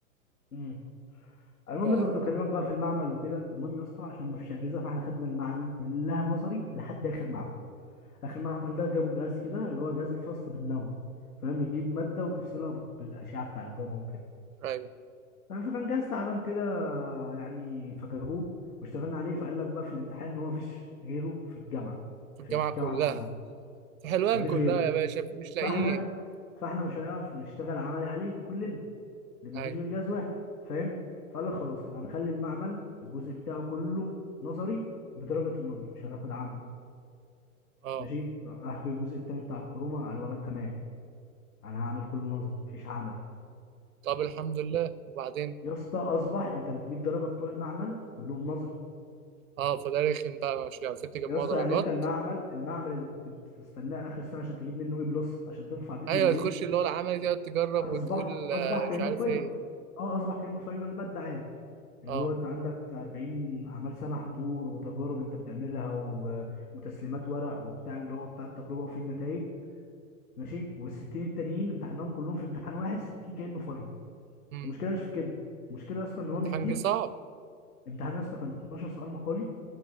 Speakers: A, on the left (about 85°); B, on the right (about 65°).
A: امم المهم
B: ف
A: بس كنت بكلمك بقى في المعمل وكده المهم يا اسطى عشان ما فيش اجهزه فاحنا خدنا المعامل كلها نظري لحد اخر معمل اخر معمل ده جابوا جهاز كده اللي هو جهاز الفصل بالنووي فاهم بيجيب ماده وتفصلها بت- بالاشعه بتاع الجاما وكده
B: ايوه
A: فاهم فكان جهاز تعبان كده يعني فجابوه واشتغلنا عليه فقال لك بقى في الامتحان ان هو ما فيش غيره في الجامعه
B: في الجامعه
A: في الجامعه
B: كلها
A: كلها
B: في حلوان
A: ما فيش
B: كلها
A: غيره
B: يا باشا مش لاقيين
A: فاحنا فاحنا مش هنعرف نشتغل عملي عليه كلنا لان
B: ايوه
A: مفيش غير جهاز واحد فاهم فقال لك خلاص احنا هنخلي المعمل الجزء بتاعه كله نظري بدرجه النظر مش هناخد عمل
B: اه
A: ماشي راح جه الجزء التاني بتاع الكروما قال وانا كمان انا هعمل كله نظري مفيش عملي
B: طب الحمد لله وبعدين
A: يا اسطى اصبح انت ال 100 درجه بتوع المعمل كلهم نظري
B: اه فده رخم بقى مش عارفين تجمعوا
A: يا اسطى
B: درجات
A: يعني انت المعمل المعمل اللي كنت بتستناه اخر السنه عشان تجيب منه اي بلس عشان ترفع بيه الجي
B: ايوه
A: بي
B: تخش
A: اي
B: اللي هو العمل دي تجرب
A: اصبح
B: وتقول
A: اصبح
B: آه،
A: كانه
B: مش عارف
A: فاينل
B: ايه
A: اه اصبح كانه فاينل ماده عادي اللي
B: اه
A: هو انت عندك 40 اعمال سنه حضور وتجارب انت بتعملها و... وتسليمات ورق وبتاع اللي هو بتاع التجربه وفيه النتائج ماشي وال60 التانيين امتحانهم كلهم في امتحان واحد 60 كانه فاينل
B: امم
A: المشكله مش في كده المشكله اصلا ان هو
B: امتحان
A: مديك
B: جه صعب
A: امتحان يا اسطى كان 12 سؤال مقالي